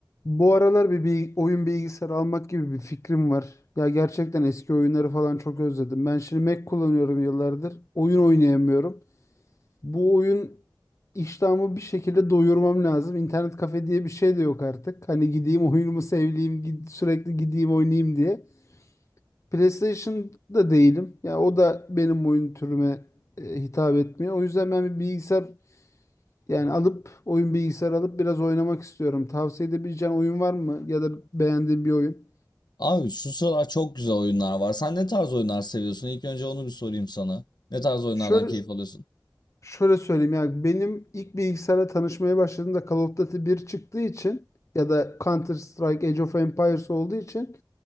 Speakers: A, on the left; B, on the left.
A: Bu aralar bir, bir oyun bilgisayarı almak gibi bir fikrim var. Ya gerçekten eski oyunları falan çok özledim. Ben şimdi Mac kullanıyorum yıllardır. Oyun oynayamıyorum. Bu oyun iştahımı bir şekilde doyurmam lazım. İnternet kafe diye bir şey de yok artık. Hani gideyim oyunumu sevleyeyim, gid- sürekli gideyim oynayayım diye. PlayStation'da değilim. Ya o da benim oyun türüme e, hitap etmiyor. O yüzden ben bir bilgisayar yani alıp oyun bilgisayarı alıp biraz oynamak istiyorum. Tavsiye edebileceğin oyun var mı? Ya da beğendiğin bir oyun.
B: Abi şu sıralar çok güzel oyunlar var. Sen ne tarz oyunlar seviyorsun? İlk önce onu bir sorayım sana. Ne tarz oyunlardan
A: Şöyle
B: keyif alıyorsun?
A: şöyle söyleyeyim ya benim ilk bilgisayara tanışmaya başladığımda Call of Duty bir çıktığı için ya da Counter Strike Age of Empires olduğu için